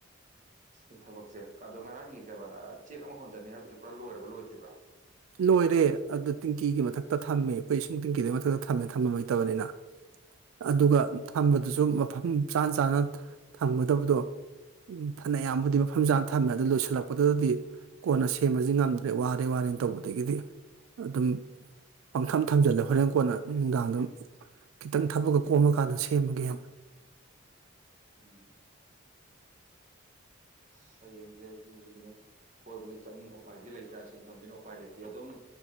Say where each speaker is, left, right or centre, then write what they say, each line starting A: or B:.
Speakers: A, on the right; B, on the right.
A: ꯁꯤ ꯊꯕꯛꯁꯦ ꯑꯗꯣ ꯉꯔꯥꯡꯒꯤ ꯀꯩ ꯆꯦꯛ ꯑꯃ ꯍꯣꯟꯖꯟꯅꯤ ꯍꯥꯏꯕꯗꯨꯗꯤ ꯄꯨꯔꯥ ꯂꯣꯏꯔꯕ ꯂꯣꯏꯗ꯭ꯔꯤꯕ꯭ꯔꯥ
B: ꯂꯣꯏꯔꯦ ꯑꯗꯨ ꯇꯤꯡꯀꯤꯒꯤ ꯃꯊꯛꯇ ꯊꯝꯃꯤ ꯑꯩꯈꯣꯏ ꯏꯁꯤꯡ ꯇꯦꯡꯀꯤꯗꯨꯒꯤ ꯃꯊꯛꯇ ꯊꯝꯃꯦ ꯊꯝꯕꯝ ꯂꯩꯇꯕꯅꯤꯅ ꯑꯗꯨꯒ ꯊꯝꯕꯗꯨꯁꯨ ꯃꯐꯝ ꯆꯥ ꯆꯥꯅ ꯊꯝꯒꯗꯕꯗꯣ ꯎꯝ ꯐꯅꯌꯥꯝꯕꯨꯗꯤ ꯃꯐꯝ ꯆꯥꯅ ꯊꯝꯃꯦ ꯑꯗꯨ ꯂꯣꯏꯁꯤꯜꯂꯛꯄꯗꯨꯗꯗꯤ ꯀꯣꯟꯅ ꯁꯦꯝꯃꯖꯤ ꯉꯝꯗ꯭ꯔꯦ ꯋꯥꯔꯦ ꯋꯥꯔꯦꯅ ꯇꯧꯕꯗ ꯑꯗꯒꯤꯗꯤ ꯑꯗꯨꯝ ꯄꯪꯊꯝ ꯊꯝꯖꯤꯜꯂꯦ ꯍꯣꯔꯦꯟ ꯀꯣꯟꯅ ꯅꯨꯡꯗꯥꯡꯗꯝ ꯈꯤꯇꯪ ꯊꯕꯛꯒ ꯀꯣꯝꯃ ꯀꯥꯟꯗ ꯁꯦꯝꯃꯒꯦꯅ
A: ꯎꯝ ꯑꯁ ꯍꯌꯦꯡꯁꯦ ꯑꯩꯖꯨ ꯍꯨꯖꯤꯁꯨꯅꯦ ꯀꯣꯏꯕꯗꯤ ꯆꯠꯅꯤꯡ ꯎꯄꯥꯏꯗꯤ ꯂꯩꯇꯦ ꯁꯤꯟꯐꯝꯁꯤꯅ ꯎꯄꯥꯏ ꯂꯩꯇꯦ ꯑꯗꯨꯝ